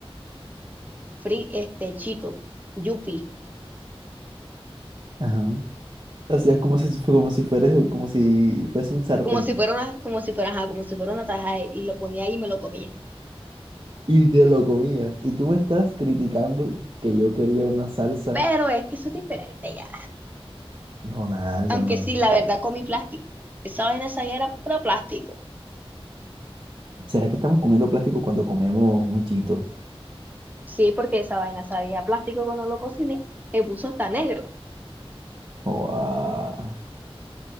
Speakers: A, on the right; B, on the right.
A: fri este, chito, yupi.
B: Ajá. Hacías como si, fu- como si fueras, como si fuese un sartén
A: Como si fuera una, como si fuera, ajá, como si fuera una tajada y lo ponía ahí y me lo comía.
B: y te lo comías. Y tú me estás criticando que yo quería una salsa.
A: Pero es que eso es diferente ya.
B: No, nada, eso
A: Aunque
B: no.
A: sí, la verdad comí plástico. Esa vaina sabía era puro plástico.
B: ¿Será que estamos comiendo plástico cuando comemos un chito?
A: Sí, porque esa vaina sabía a plástico cuando lo cociné. Me puso hasta negro.
B: O ah,